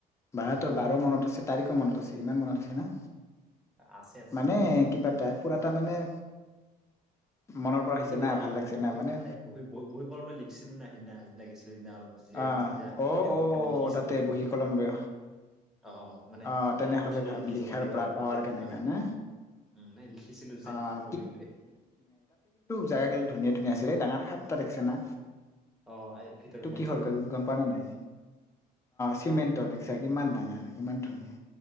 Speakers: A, on the left; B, in the centre.
A: বাহ্ বাৰো মনত আছে তাৰিখো মনত আছে ইমান মনত আছে ন
B: আছে আছে
A: মানে কিবা এটা পুৰা তাৰ মানে মনৰ পৰা আহিছে
B: কি হয়
A: না
B: জানা
A: ভাল লাগিছে
B: মইতো
A: না মানে
B: বহ বহী কৰা মে লিখিছিলো না সিদিনা লাগিছে। দিনা অলপ জিৰা
A: আহ
B: যেতিয়া
A: অ'
B: সন্ধিয়া সময়ত
A: অ'
B: তেতিয়া মই লিখিছিলো
A: তাতে
B: না
A: বহী কলম লৈ
B: অঁ মানে
A: আহ তেনেহলে
B: চাৰে কৈছে যে
A: ভাব
B: লিখি
A: লিখাৰ
B: জমা দিবা
A: পৰা
B: লাগিব
A: পাৱাৰ
B: লিখিবা
A: কেনেকা
B: লাগিব
A: না
B: উম ন লিখিছিলো যে
A: আহ
B: বহি লৈ
A: জাগা কিন্ত ধুনীয়া ধুনীয়া আছিলে ডাঙৰ সাটতা দেখিছে না।
B: অঁ এই ভিতৰত সোমাই
A: কি হ'ল গম পাঁও নে নাই চিমেন্ট
B: কিহৰ
A: তৰ- ইমান ডাঙৰ
B: উম উম
A: ইমান ধুনীয়া